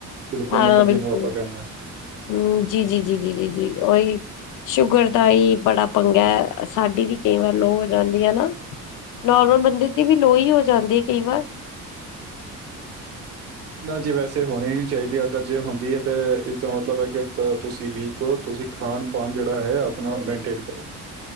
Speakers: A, on the right; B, on the left.
A: ਗਲੂਕੋਮੀਟਰ
B: ਹਾਂ
A: ਜਿਹਨੂੰ
B: ਬਿਲਕੁਲ
A: ਆਪਾਂ ਕਹਿੰਦੇ ਹਾਂ।
B: ਹੂਊ ਜੀ -ਜੀ -ਜੀ -ਜੀ -ਜੀ -ਜੀ ਓਈ। ਸ਼ੂਗਰ ਦਾ ਏਈ ਬੜਾ ਪੰਗਾ। ਸਾਡੀ ਵੀ ਕਈ ਵਾਰ ਲੋਅ ਹੋ ਜਾਂਦੀ ਐ ਨਾ। ਨੋਰਮਲ ਬੰਦੇ ਦੀ ਵੀ ਲੋ ਈ ਹੋ ਜਾਂਦੀ ਐ ਕਈ ਵਾਰ।
A: ਨਾ ਜੀ ਵੈਸੇ ਹੋਣੀ ਨੀ ਚਾਈਦੀ। ਅਗਰ ਜੇ ਹੁੰਦੀ ਏ ਤੇ ਇਸਦਾ ਮਤਲਬ ਐ ਕਿ ਤੁਸੀਂ ਵੀਕ ਓ। ਤੁਸੀਂ ਖਾਣ ਪਾਣ ਜੇੜਾ ਐ ਆਪਣਾ ਮੇਨਟੇਟ ਕਰੋ।